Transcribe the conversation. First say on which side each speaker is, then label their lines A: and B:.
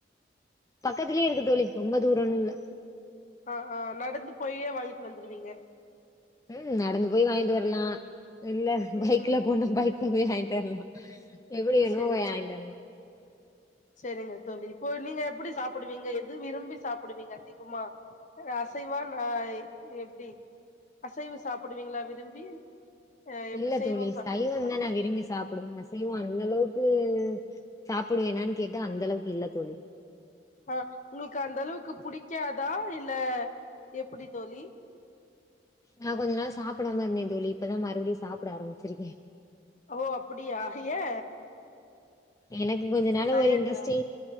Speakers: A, on the left; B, on the left.
A: பக்கத்துலயே இருக்கு தோழி ரொம்ப தூரோன் இல்ல
B: அ ஆ நடந்து போயே வாங்கிட்டு வந்துருவீங்க
A: ம் நடந்து போய் வாங்கிட்டு வர்லா இல்ல
B: ம்
A: பைக்ல
B: ம்
A: போனா பைக் <unintelligible> வாங்கிட்டு வர்லா எப்டி வேணுமோ
B: சேரி
A: போய் வாங்கிட்டு
B: சேரி
A: வர்லா
B: சேரிங்க தோழி இப்போ நீங்க எப்டி சாப்புடுவீங்க எது விரும்பி சாப்புடுவீங்க அதிகமா அசைவா நா எப்டி அசைவ சாப்புடுவீங்களா விரும்பி அ எப்டி
A: இல்ல
B: சைவம்
A: தோழி
B: சாப்புடுவீங்களா
A: சைவம்தா நா விரும்பி சாப்புடுவ அசைவோ அந்த அளவுக்கு சாப்புடுவேனான் கேட்டா அந்தளவுக்கு இல்ல தோழி
B: ஆ உங்களுக்கு அந்த அளவுக்கு புடிக்காதா இல்ல எப்டி தோழி
A: நா கொஞ்ச நாள் சாப்புடாம இருந்தே தோழி இப்பதா மறுபடியு சாப்புட ஆரம்பிச்சிருக்கே
B: ஓ அப்புடியா ஏ
A: எனக்கு கொஞ்சோ நாளா
B: டயட்டா
A: ஒரு இன்ட்ரெஸ்டே